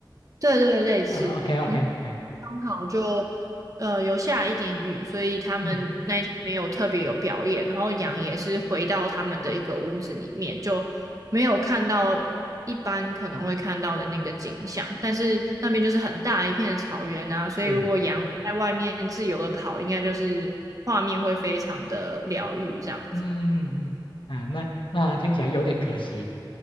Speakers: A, on the right; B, on the left.
A: 对对，类似。
B: 啊，OK OK，
A: 我
B: 哎，
A: 刚好就呃有下一点雨，所以他们那一天没有特别有表演。
B: 嗯，
A: 然后羊也是回到他们的一个屋子里面，就没有看到一般可能会看到的那个景象。但是那边就是很大一片的草原啊，所以如果羊在外面自由的跑，
B: 是，
A: 应该就是画面会非常的疗愈这样。
B: 嗯嗯嗯，啊，那那听起来有点可惜，